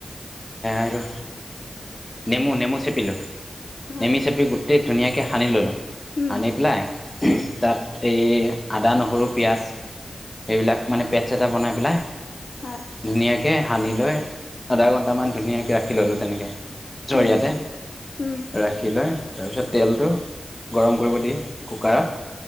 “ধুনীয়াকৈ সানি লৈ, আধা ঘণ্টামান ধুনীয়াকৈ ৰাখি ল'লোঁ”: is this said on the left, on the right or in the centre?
Left